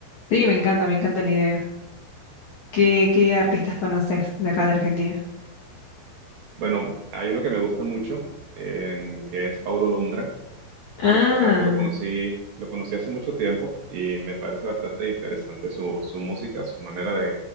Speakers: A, on the left; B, on the right.
A: Sí, me encanta, me encanta la idea. ¿Qué, qué artistas conoces de acá de Argentina?
B: Bueno, hay uno que me gusta mucho, eh, que es Paulo Londra.
A: Ah,
B: La verdad es que lo conocí, lo conocí hace mucho tiempo y me parece bastante interesante su, su música, su manera de,